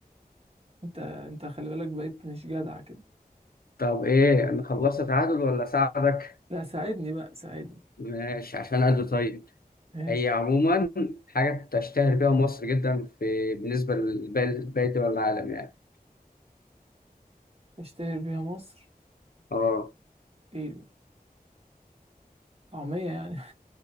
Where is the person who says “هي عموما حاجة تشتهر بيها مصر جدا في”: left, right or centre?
Left